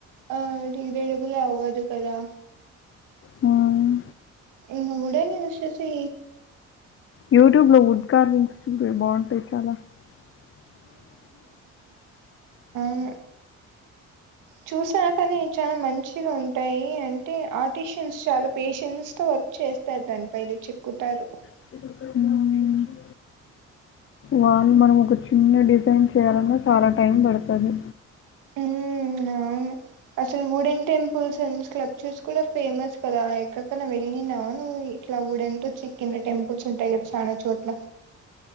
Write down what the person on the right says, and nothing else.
ఆ రైడబుల్ అవ్వదు కదా
ఇవి కూడా యూస్ చేసి
మ్ చూసా కానీ చాలా మంచిగా ఉంటాయి అంటే ఆర్టిషియన్స్ చాలా పేషెన్స్తో వర్క్ చేస్ ారు దాని పైది చెక్కుతారు.
ఉమ్ అవును అసలు గోల్డెన్ టెంపుల్స్ అండ్ స్కల్ప్చర్స్ కూడా ఫేమస్ కదా, ఎక్కడిక్కన్నా వెళ్ళిందా మరి. ఇట్లా ఉడ్ తో చెక్కిన టెంపుల్స్ ఉంటాయి కదా చాలా చోట్ల